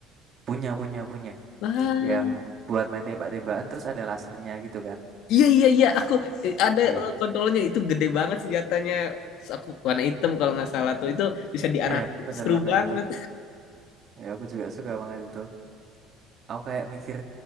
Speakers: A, on the right; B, on the left.
A: Punya, punya, punya.
B: Wah,
A: Yang buat main tembak-tembakan terus ada lasernya gitu kan.
B: iya iya iya, aku eh, ada
A: Iya.
B: eh, kontrolnya itu gede banget senjatanya. Terus aku warna hitam kalau nggak salah tuh itu bisa diarah
A: Iya, benar
B: seru
A: warna
B: banget.
A: hitam. Ya, aku juga suka banget itu. aku kayak mikir